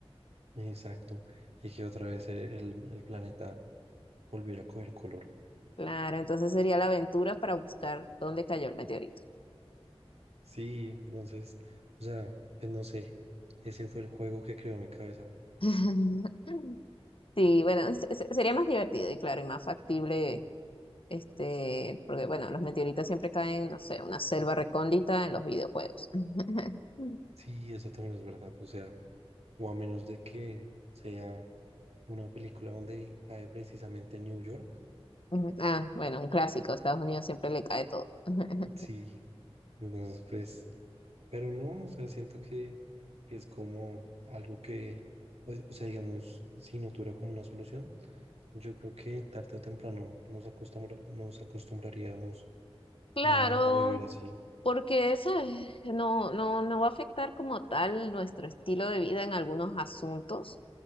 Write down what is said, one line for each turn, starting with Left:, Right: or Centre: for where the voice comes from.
Right: exacto, y que otra vez el el planeta volviera a coger color.
Left: Claro, entonces sería la aventura para buscar dónde cayó el meteorito.
Right: Sí, entonces, o sea, pues no sé, ese fue el juego que creó mi cabeza.
Left: <laughs> Sí, bueno, se- se- sería más divertido y claro, y más factible, este, porque bueno, los meteoritos siempre caen, no sé, en una selva recóndita en los videojuegos. <laughs>
Right: Sí, eso también es verdad, o sea, o a menos de que sea una película donde cae precisamente en New York,
Left: Ujú. Ah, bueno, un clásico. Estados Unidos siempre le cae todo. <laughs>
Right: sí, entonces pues, pero no, o sea, siento que, que es como algo que, pues, o sea, digamos, si no tuviera como una solución, yo creo que tarde o temprano nos acostumbra, nos acostumbraríamos
Left: Claro,
Right: a, a vivir así.
Left: porque eso es- no, no, no va a afectar como tal nuestro estilo de vida en algunos asuntos,